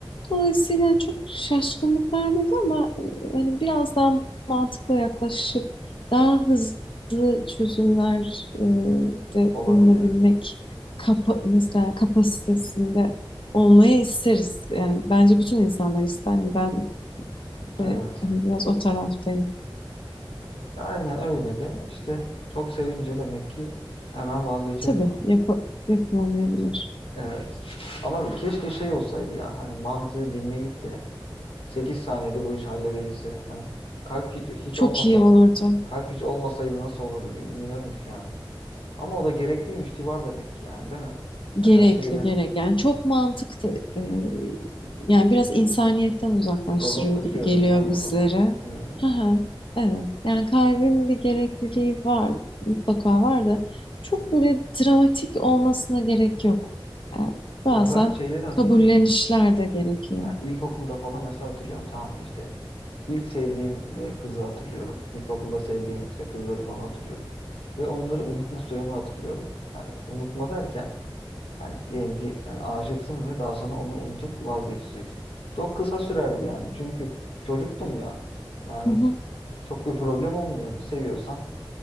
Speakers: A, on the left; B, on the left.
A: Dolayısıyla çok şaşkınlık vermedi ama e, hani biraz daha mantıklı yaklaşıp daha hızlı çözümler e, de
B: Olabilirdi.
A: bulunabilmek kapa mesela kapasitesinde olmayı isteriz. Yani bence bütün insanlar ister. Yani ben de
B: Evet.
A: hani biraz o taraftayım.
B: Aynen öyle de işte çok sevince demek ki hemen vazgeçemiyor.
A: Tabii yapı- yapılamayabilir.
B: Evet. Ama keşke şey olsaydı ya hani mantığı dinleyip de 8 saniyede bu işi halledebilse. Hani kalp hiç, hiç
A: Çok
B: olmasa
A: iyi olurdu.
B: kalp hiç olmasaydı nasıl olurdu bi- bilmiyorum ki yani. Ama o da gerekliymiş ki var demek ki yani değil mi?
A: Gerekli,
B: Yani her şeyde
A: gereken. Yani çok mantıklı. e, yani biraz insaniyetten uzaklaştırıyor
B: robotlaşıyorsun
A: gibi geliyor
B: değil mi
A: bizlere.
B: o zaman? Hmm.
A: Hı hı, evet. Yani kalbin bir gerekliliği var. Mutlaka var da çok böyle dramatik olmasına gerek yok. Yani
B: Ya
A: bazen
B: ben şeyleri hatırlıyorum.
A: kabullenişler de gerekiyor.
B: Yani ilkokulda falan mesela hatırlıyorum tamam mı işte. İlk sevdiğim ve kızı hatırlıyorum. İlkokulda sevdiğim işte kızları falan hatırlıyorum. Ve onları unutma süremi hatırlıyorum. Yani unutma derken Yani diyelim ki hani aşıksın ve daha sonra onu unutup vazgeçeceksin. Çok kısa sürerdi yani. Çünkü çocuktum ya. Yani
A: Hı hı.
B: çok bir problem olmuyordu. Seviyorsan